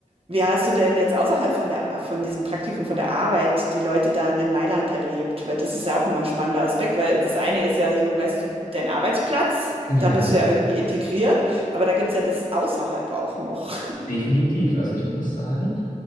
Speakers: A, on the right; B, on the left.
A: wie hast du denn jetzt außerhalb von der von diesem Praktikum, von der Arbeit, die Leute dann in Mailand erlebt? Weil das ist ja auch immer ein spannender Aspekt, weil das eine ist ja so, weißt du, dein Arbeitsplatz,
B: Ja,
A: da bist du ja irgendwie integriert, aber da gibt's ja das außerhalb auch noch.
B: definitiv. Also ich muss sagen,